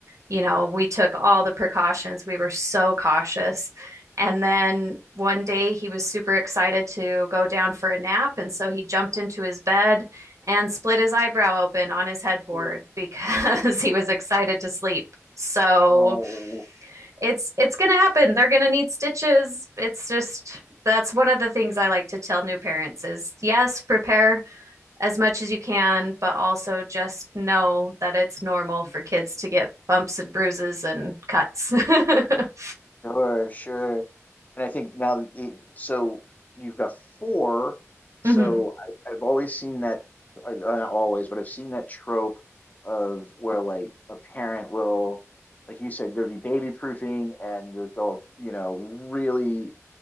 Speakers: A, on the right (about 75°); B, on the left (about 30°).
A: you know, we took all the precautions. We were so cautious. And then one day he was super excited to go down for a nap, and so he jumped into his bed and split his eyebrow open on his headboard
B: Mm,
A: because <laughs> he was excited to sleep. So
B: Oh,
A: it's it's gonna happen. They're gonna need stitches. It's just that's one of the things I like to tell new parents is yes, prepare as much as you can, but also just know that it's normal for kids to get bumps and bruises and cuts. <laughs>
B: sure, sure. And I think now that it, so you've got four. So
A: Mhm.
B: I, I've always seen that, I, uh, not always, but I've seen that trope of where like a parent will, like you said, go do baby proofing and they'll, go, you know, really,